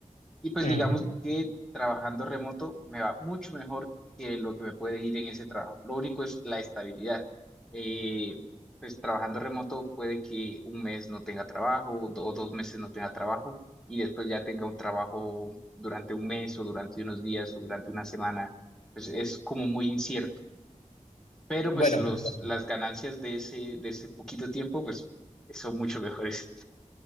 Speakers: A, in the centre; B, on the left.
A: Y pues
B: <laughs> Ujú.
A: digamos que trabajando remoto me va mucho mejor que lo que me puede ir en ese trabajo. Lo único es la estabilidad. Eh, pues trabajando remoto puede que un mes no tenga trabajo do- o dos meses no tenga trabajo y después ya tenga un trabajo durante un mes o durante unos días o durante una semana. Pues es como muy incierto. Pero
B: Bueno,
A: pues los,
B: perdón.
A: las ganancias de ese, de ese poquito tiempo pues son mucho mejores.